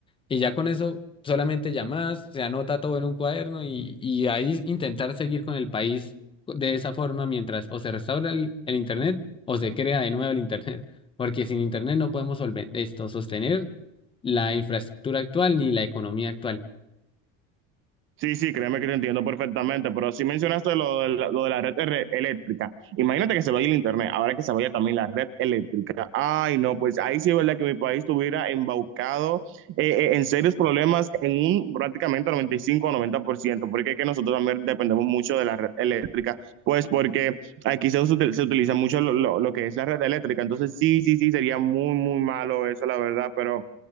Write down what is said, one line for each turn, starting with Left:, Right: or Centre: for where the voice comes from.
Left: y ya con eso solamente llamadas, se anota todo en un cuaderno y, y ahí intentar seguir con el país de esa forma mientras o se restaura el, el Internet o se crea de nuevo el Internet, porque sin Internet no podemos solven- esto, sostener la infraestructura actual ni la economía actual.
Right: Sí, sí, créeme que te entiendo perfectamente, pero si mencionaste lo de la, lo de la red er- eléctrica, imagínate que se vaya el internet, ahora que se vaya también la red eléctrica. Ay, no, pues ahí sí es verdad que mi país estuviera embaucado eh, eh, en serios problemas en un prácticamente 95 o 90%, porque es que nosotros también dependemos mucho de la red eléctrica, pues porque aquí se, usa- se utiliza mucho lo, lo- lo que es la red eléctrica, entonces sí, sí, sí, sería muy, muy malo eso, la verdad, pero...